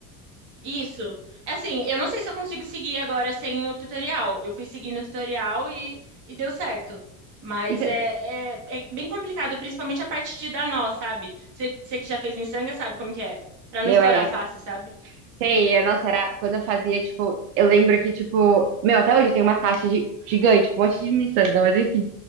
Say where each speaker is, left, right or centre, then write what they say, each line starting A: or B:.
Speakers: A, on the right; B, on the right.
A: Isso. Assim, eu não sei se eu consigo seguir agora sem o tutorial. Eu fui seguindo o tutorial e, e deu certo. Mas
B: Isso,
A: é, é, é bem complicado, principalmente a parte de dar nó, sabe? Você você que já fez miçanga sabe como que é. Pra
B: meu,
A: não estourar
B: é
A: fácil, sabe?
B: Sei, é, nossa, era quando eu fazia, tipo, eu lembro que, tipo, meu, até hoje eu tenho uma caixa gi- gigante, um monte de miçanga, mas enfim.